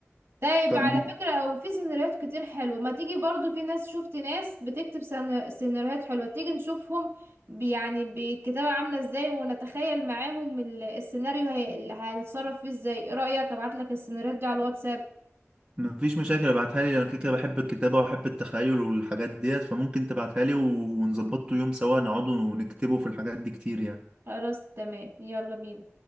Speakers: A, on the right (about 50°); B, on the right (about 20°).
A: طيب
B: طب
A: على
B: ما
A: فكرة في سيناريوهات كتير حلوة ما تيجي برضو في ناس شفت ناس بتكتب سنا- سيناريوهات حلوة تيجي نشوفهم بي- يعني بالكتابة عاملة ازاي ونتخيل معاهم ال- السيناريو هي- اللي هنتصرف فيه ازاي ايه رأيك ابعتلك السيناريوهات دي على الواتساب
B: ما فيش مشاكل ابعتها لي انا كده كده بحب الكتابه وبحب التخيل والحاجات ديت فممكن تبعتها لي و- ونظبطه يوم سوا نقعد ونكتبه في الحاجات دي كتير يعني
A: خلاص تمام يلا بينا